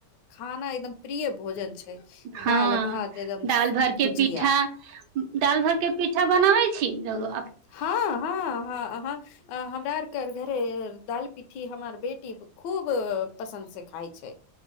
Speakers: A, on the left; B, on the right.
A: खाना एकदम प्रिय भोजन छै
B: हाँ
A: दाल भात एकदम
B: दालि भरि कऽ
A: भुजिया
B: पीठा दालि भरि कऽ पीठा बनबै छी रौउआ
A: हाँ हाँ हाँ हँ हम हमरा आर के घरे दाल पीठी हमर बेटी खूब पसंद से खाइ छै